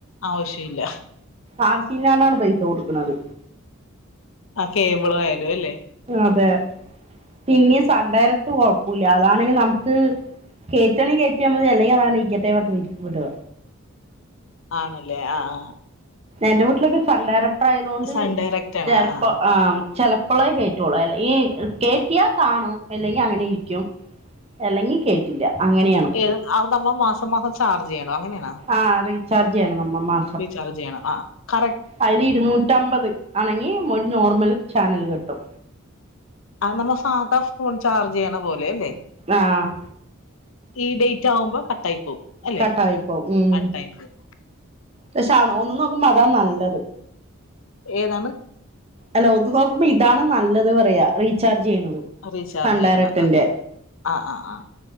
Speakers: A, on the left; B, on the right.
A: ആവശ്യല്ല
B: ആവശ്യയില്ലണ്ടണ് പൈസ കൊടുക്കണത്
A: ആഹ് കേബിൾ ആയാലും അല്ലെ
B: അതെ പിന്നെ സൺ‌ഡേയറക്റ്റ് കൊഴപ്പുല്ല അതാണെങ്കി നമുക്ക് കേറ്റാണേ കേറ്റിയാൽ മതി അല്ലെങ്കി അത് അങ്ങനെ ഇരിക്കട്ടെ പറഞ്ഞു വിടു
A: ആണല്ലേ ആഹ് ആഹ്
B: എന്റെ വീട്ടിലൊക്കെ സൺ ഡയറക്ടർ ആയതോണ്ട്
A: സൺ ഡയറക്റ്റ് ആണ്
B: ചെറപ്പോ
A: ആ ആ
B: ആഹ് ചെറ് പ്പോളേ കേറ്റുള്ളു അല്ലെങ്കി കേറ്റിയാ കാണും അല്ലെങ്കി അങ്ങനെ ഇരിക്കും അല്ലെങ്കി കേ റ്റില്ല്യ അങ്ങനെയാണ്
A: ഏത് അതു സംഭവം മാസം മാസം ചാർജ് ചെയ്യണം അങ്ങനെയാണോ
B: ആഹ് റീചാർജ് ചെയ്യണം നമ്മൾ മാ
A: റീചാർജ് ചെയ്യണം ആഹ് കറ
B: അതില് ഇരുന്നൂട്ടുമ്പത് ആണെങ്കി ഒരു നോർമൽ ചാനല് കിട്ടും
A: അത് നമ്മൾ സാധാ ഫോൺ ചാർജ് ചെയ്യണ പോലെ അല്ലേ
B: ആഹ്
A: ഈ ഡേറ്റ് ആകുമ്പോ കട്ടായി പോവും അല്ലെ
B: കട്ടായിപ്പോ ഉം
A: കട്ടായി പോവും
B: പക്ഷെ അ ഒന്ന് നോക്കുമ്പോൾ അതാ നല്ലത്
A: ഏതാണ്
B: അല്ല ഒത്ത് നോക്കുമ്പോ ഇതാണ് നല്ലത് പറയാ റീചാർജ് ചെയ്യണത്
A: റീചാർജ്
B: സൺ
A: ചെയ്യണ
B: ഡയറക്ടിന്റെ
A: ആ ആഹ് ആഹ് ആഹ്